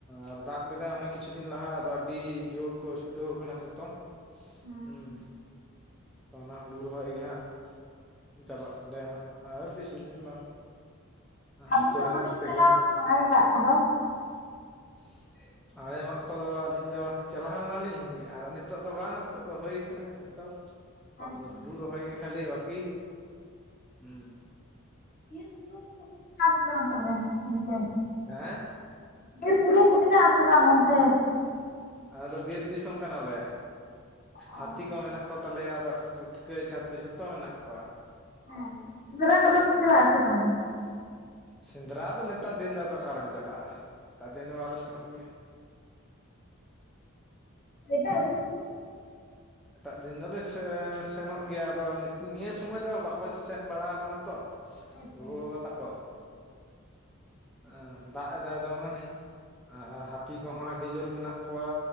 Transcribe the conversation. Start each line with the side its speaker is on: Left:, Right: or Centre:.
Centre: ᱟᱨ ᱫᱟᱜ ᱠᱮᱫᱟᱭ ᱚᱱᱮᱠ ᱠᱤᱪᱷᱩ ᱫᱤᱱ ᱞᱟᱦᱟ ᱟᱫᱚ ᱟᱹᱰᱤ ᱡᱳᱨ ᱠᱚ ᱪᱷᱩᱴᱟᱹᱣ ᱟᱠᱟᱱᱟ ᱡᱷᱚᱛᱚ
Left: ᱦᱮᱸ
Centre: ᱦᱩᱸ᱾ ᱚᱱᱟ ᱦᱩᱲᱩ ᱨᱚᱦᱚᱭ ᱜᱮ ᱦᱟᱸᱜ ᱪᱟᱵᱟᱜ ᱛᱟᱞᱮᱭᱟ ᱟᱨ ᱵᱤᱥᱤ ᱫᱤᱱ ᱵᱟᱝ᱾
Left: ᱟᱹᱵᱤᱱ
Centre: ᱟᱛᱳ
Left: ᱫᱚ
Centre: ᱨᱮᱱ
Left: ᱵᱟᱵᱤᱱ
Centre: ᱛᱮᱜᱮ
Left: ᱪᱟᱞᱟᱣ ᱟᱠᱟᱱᱟ ᱟᱲᱮ ᱞᱟᱜ ᱠᱚᱫᱚ?
Centre: <inaudible> ᱟᱲᱮ ᱢᱟᱜ ᱠᱚᱫᱚ ᱟᱹᱞᱤᱧ ᱫᱚ ᱪᱟᱞᱟᱣ ᱞᱮᱱᱟ ᱞᱤᱧ ᱟᱫᱚ ᱱᱤᱛᱚᱜ ᱫᱚ ᱵᱟᱝ ᱱᱤᱛᱚᱜ ᱫᱚ ᱦᱩᱭ ᱟᱠᱟᱱᱟ᱾ ᱛᱚ
Left: ᱵᱤᱨ
Centre: ᱟᱫᱚ ᱦᱩᱲᱩ ᱨᱚᱦᱚᱭ ᱜᱮ ᱠᱷᱟᱹᱞᱤ ᱵᱟᱹᱠᱤ᱾ ᱦᱩᱸ,
Left: ᱵᱤᱨ ᱵᱩᱨᱩ <unintelligible> ᱢᱮᱱᱟᱜ ᱟᱥᱮ ᱵᱟᱝ ᱛᱚᱵᱮ ᱚᱱᱛᱮ?
Centre: ᱦᱮᱸ,
Left: ᱵᱤᱨ ᱵᱩᱨᱩ ᱠᱚ ᱢᱮᱱᱟᱜ ᱟᱥᱮ ᱵᱟᱝ ᱚᱱᱛᱮ?
Centre: ᱟᱫᱚ ᱵᱤᱨ ᱫᱤᱥᱚᱢ ᱠᱟᱱᱟᱞᱮ,
Left: ᱚ
Centre: ᱦᱟᱹᱛᱤ ᱠᱚ ᱢᱮᱱᱟᱜ ᱠᱚᱛᱟ ᱞᱮᱭᱟ ᱛᱟᱨᱯᱚᱨ ᱯᱩᱴᱠᱟᱹ ᱪᱷᱟᱹᱛᱩ ᱡᱷᱚᱛᱚ ᱢᱮᱱᱟᱜ ᱠᱚᱣᱟ᱾
Left: ᱦᱮᱸ ᱥᱮᱫᱽᱨᱟ ᱠᱚ
Centre: ᱦᱩᱸ
Left: ᱫᱚ ᱯᱮ ᱪᱟᱞᱟᱜ ᱟᱥᱮ ᱵᱟᱝ?
Centre: ᱥᱮᱸᱫᱽᱨᱟ ᱫᱚ ᱱᱮᱛᱟᱨ ᱫᱤᱱ ᱫᱚ ᱟᱫᱚ ᱚᱠᱟᱨᱮᱢ ᱪᱟᱞᱟᱜ-ᱟ᱾ ᱛᱟᱨ ᱫᱤᱱ ᱫᱚ ᱵᱟᱞᱮ ᱥᱮᱱᱚᱜ ᱜᱮᱭᱟ᱾
Left: ᱮᱴᱟᱜ ᱫᱤᱱ ᱠᱚ
Centre: ᱮᱴᱟᱜ ᱫᱤᱱ ᱫᱚᱞᱮ ᱥᱮᱱᱚᱜ ᱜᱮᱭᱟ ᱟᱫᱚ ᱱᱤᱭᱟᱹ ᱥᱩᱚᱢᱚᱭ ᱫᱚ ᱵᱟᱠᱚ ᱥᱮᱱ ᱵᱟᱲᱟ ᱠᱟᱱᱟ ᱛᱚ
Left: ᱦᱳᱭᱛᱚ
Centre: ᱜᱚᱜᱚ ᱵᱟᱵᱟ ᱛᱟᱠᱚ᱾ ᱮ ᱫᱟᱜ ᱮᱫᱟᱭ ᱫᱚᱢᱮ ᱟᱨ ᱦᱟᱹᱛᱤ ᱠᱚᱦᱚ ᱟᱹᱰᱤ ᱡᱳᱨ ᱢᱮᱱᱟᱜ ᱠᱚᱣᱟ